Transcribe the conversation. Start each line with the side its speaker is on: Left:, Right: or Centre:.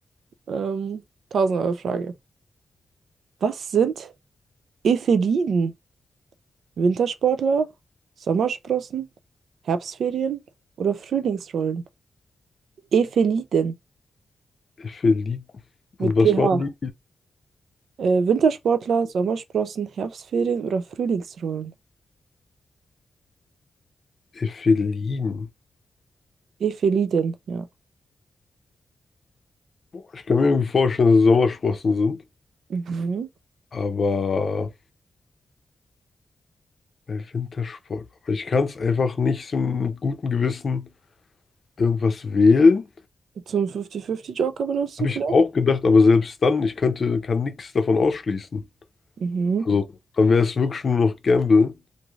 Right: Ähm, 1000-Euro-Frage. Was sind Epheliden? Wintersportler, Sommersprossen, Herbstferien oder Frühlingsrollen? Epheliden
Left: Ephelin. Und
Right: mit
Left: was
Right: PH.
Left: waren die?
Right: Äh, Wintersportler, Sommersprossen, Herbstferien oder Frühlingsrollen?
Left: Ephelin.
Right: Epheliden, ja.
Left: Ich kann mir irgendwie vorstellen, dass es Sommersprossen sind.
Right: Mhm.
Left: Aber bei Wintersport. Aber ich kann es einfach nicht so mit gutem Gewissen irgendwas wählen.
Right: Zum 50-50-Joker benutzen
Left: Habe
Right: vielleicht?
Left: ich auch gedacht, aber selbst dann, ich könnte, kann nichts davon ausschließen.
Right: Mhm.
Left: Also, dann wäre es wirklich nur noch Gamble.